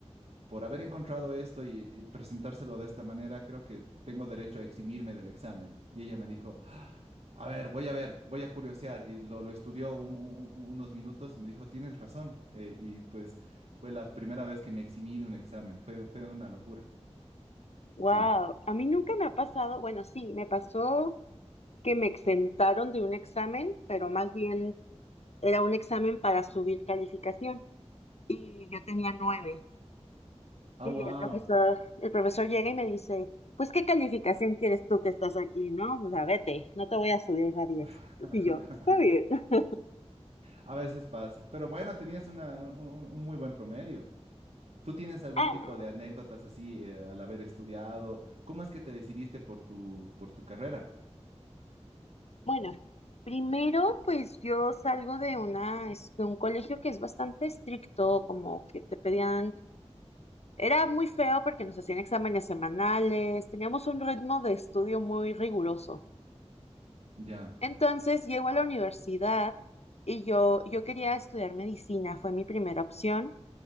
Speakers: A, on the right; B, on the left.
A: por haber encontrado esto y, y presentárselo de esta manera, creo que tengo derecho a eximirme del examen. Y ella me dijo, "Ah, a ver, voy a ver, voy a curiosear. Y lo, lo estudió un- un- unos minutos y me dijo, tienes razón. Eh, y pues fue la primera vez que me eximí de un examen. Fue, fue una locura.
B: Wow,
A: Sí.
B: a mí nunca me ha pasado, bueno, sí, me pasó que me exentaron de un examen, pero más bien era un examen para subir calificación y yo tenía nueve.
A: Ah,
B: Y
A: wow.
B: el profesor, el profesor llega y me dice, pues, ¿qué calificación quieres tú que estás aquí, no? O sea, vete, no te voy a subir a diez.
A: <laughs>
B: Y yo, está bien. <laughs>
A: A veces pasa. Pero bueno, tenías una- un, un- un muy buen promedio. ¿Tú tienes algún
B: Ah,
A: tipo de anécdotas así eh, al haber estudiado? ¿Cómo es que te decidiste por tu, por tu carrera?
B: Bueno, primero, pues yo salgo de una, es- de un colegio que es bastante estricto, como que te pedían, era muy feo porque nos hacían exámenes semanales, teníamos un ritmo de estudio muy riguroso.
A: Ya.
B: Entonces llego a la universidad y yo, yo quería estudiar medicina, fue mi primera opción,